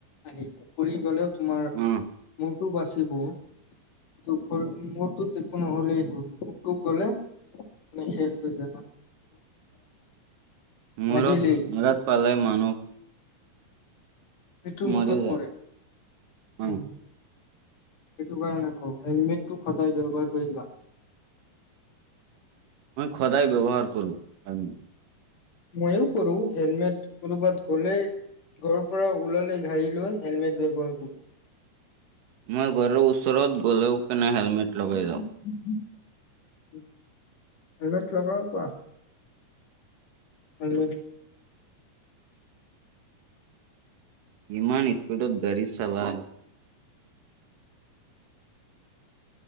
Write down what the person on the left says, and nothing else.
আহি। পৰি গ'লেও তোমাৰ
মোৰটো বাচিব। টোপৰনি মূৰ তো তে একো নহ'লেই হ'ল মূৰ তো গ'লে কুকু মানে শেষ হৈ যাবা।
লাগিলেই
মৃত্যুৰ
মুখত
পৰে
উম উ। সেইটো কাৰণেই কও হেলমেটটো সদায় ব্যৱহাৰ কৰিবা।
মইও কৰো হেলমেট কৰবাত গ'লেই। ঘৰৰ পৰা ওলালে গাড়ী লৈ হেলমেট ব্যৱহাৰ কৰো।
চু উম
উম
উম উম উম উম, হেলমেট লগাব পাৰা। হেলমেট।